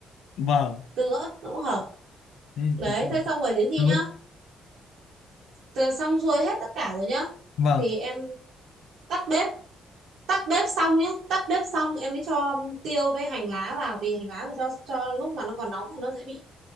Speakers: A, on the left; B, on the right.
A: vâng
B: tương ớt nó cũng hợp
A: thế
B: đấy
A: thì
B: thế xong rồi đến khi
A: tương
B: nhá
A: ớt
B: từ xong xuôi hết tất cả rồi nhá
A: vâng
B: thì em tắt bếp tắt bếp xong nhá tắt bếp xong em mới cho tiêu với hành lá vào vì hành lá mà cho cho lúc mà nó còn nóng thì nó dễ bị